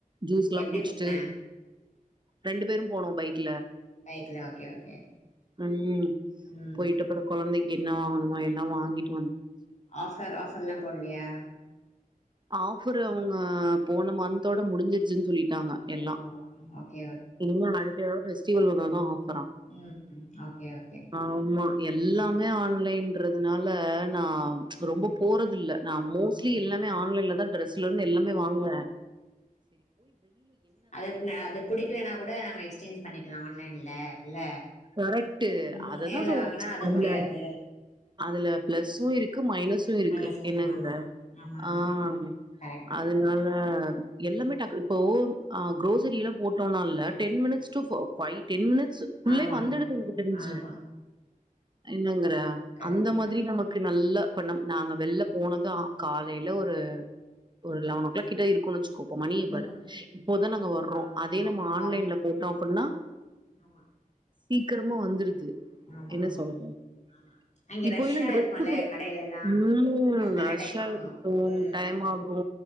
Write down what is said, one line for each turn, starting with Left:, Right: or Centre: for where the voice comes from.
Right: ஜூஸ் எல்லா
Left: எப்டி
Right: குடிச்சுட்டு.
Left: போன
Right: ரெண்டு பேரும் போனோம் பைக்
Left: பைக்ல ஓகே ஓகே
Right: உஹம்
Left: ம்
Right: போயிட்ட அப்புறம் குழந்தைக்கு என்ன வாங்கணுமா எல்லாம் வாங்கிட்டு.
Left: ஆஃபர் ஆஃபர் எல்லா போடலையா?
Right: ஆஃபர் அவங்க போன மந்த்தோட முடிஞ்சு <unintelligible> ஆமா
Left: ஓ
Right: எல்லாம்
Left: ஓகே
Right: இனிமே அடுத்த <inaudible>
Left: உம் அப்படியா ஓகே.
Right: ஆமா எல்லாமே ஆன்லைன்ன்றதுனால நா ரொம்ப போறதில்ல. நா மோஸ்ட்லி
Left: ம்
Right: எல்லாமே ஆன்லைன்லதா ட்ரெஸ்ல இருந்து எல்லாமே வாங்குவ.
Left: அ அது புடிக்கலன்னா கூட நாங்க எக்ஸ்சேஞ்ச் பண்ணிக்கலா ஆன்லைன்ல. இல்ல
Right: கரெக்ட்
Left: ம்
Right: அததான்
Left: நேர்ல
Right: சொல்றே
Left: வாங்குனா அது
Right: அதுல
Left: முடியாது
Right: அதுல பிளஸு இருக்கு. க்கு மைனஸு இருக்கு
Left: மேனேஜர்
Right: என்னங்கற
Left: ஆமா ஆமா ஆமா
Right: ஆஹ்
Left: கரெக்ட் தா
Right: அதனால எல்லாமே டக்கு இப்போ அ குரோசரில்லா போட்டோன்னால ten minutes to by ten minutes <unintelligible>
Left: ஆமா ம்.
Right: எனக்கு தெரிஞ்சு.
Left: ஆமா
Right: என்னங்க?
Left: கரெக்ட்
Right: அந்த மாதிரி நமக்கு நல்ல பண்ணம் நாங்க வெளில போனதான் காலையில ஒரு ஒரு லெவன் ஓ கிளாக் கிட்ட இருக்கும்ச்ச மணிய
Left: ம்
Right: பாரு இப்போதான் நாங்க வர்றோம்
Left: ஆமா
Right: அதே
Left: ஆமா
Right: நம்ம ஆன்லைன்ல போட்டொ பாண்ணா
Left: ஆமா.
Right: சீக்கிரமா வந்துருது.
Left: ஆமா
Right: என்ன
Left: ஆமா
Right: சொல்லணு <unintelligible>
Left: ஆமா அங்க
Right: இந்த
Left: ரஷ்ஷா
Right: ட்ரெஸ்ஸு
Left: இருக்குல்ல
Right: கூட
Left: கடையிலல்லா
Right: ம்
Left: அதனால
Right: ஆக்சுவலா
Left: டைம் ஆகு
Right: இப்போ <unintelligible>
Left: ம்
Right: டைம் ஆகு